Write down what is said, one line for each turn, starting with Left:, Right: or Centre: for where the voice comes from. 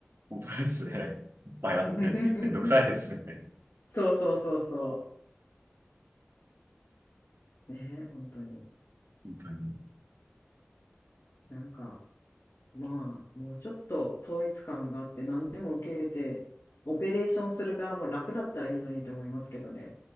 Right: 本当ですね。<laughs> いっぱいあって、
Left: <laughs>
Right: めんどくさいですね。
Left: そうそうそうそう。ね、本当に。
Right: 本当に。
Left: なんか、まあ、もうちょっと統一感があって、何でも受け入れて、オペレーションする側も楽だったらいいのにと思いますけどね。